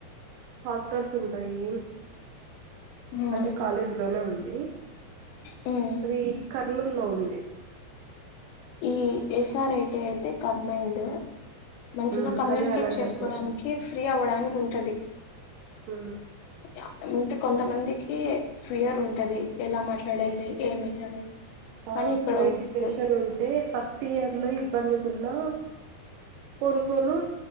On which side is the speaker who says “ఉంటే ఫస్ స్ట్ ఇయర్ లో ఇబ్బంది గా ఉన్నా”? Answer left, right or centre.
Right